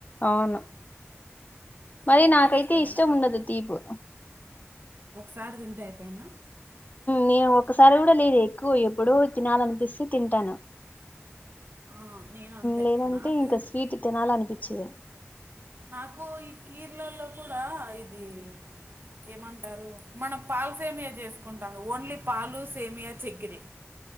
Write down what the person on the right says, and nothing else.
నీకు
కూడా ఇష్టమేనా
ఒకసారి తింటే అయిపోయినా
ఆ నేను అంతే
నాకు
నాకు ఈ కీర్లల్లో కూడా ఇది ఏమంటారు మనం పాలు సేమియా చేసుకుంటాము ఓన్లీ పాలు సేమియా చేక్కిరి